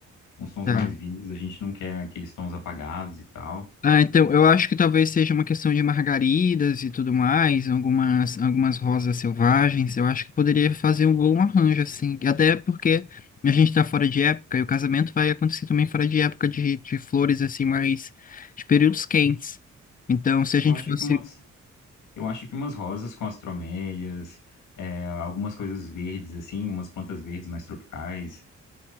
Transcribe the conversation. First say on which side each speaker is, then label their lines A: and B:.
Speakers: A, on the left; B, on the left.
A: uns tons
B: tá.
A: mais vivos. A gente não quer aqueles tons apagados e tal.
B: Ah, então eu acho que talvez seja uma questão de margaridas e tudo mais, algumas algumas rosas selvagens. Eu acho que poderia fazer um bom arranjo assim, e até porque a gente está fora de época e o casamento vai acontecer também fora de época de, de flores assim mais de períodos quentes. Então, se a gente
A: Eu acho
B: fosse
A: que umas, eu acho que umas rosas com as tromélias, é, algumas coisas verdes, assim, umas plantas verdes mais tropicais.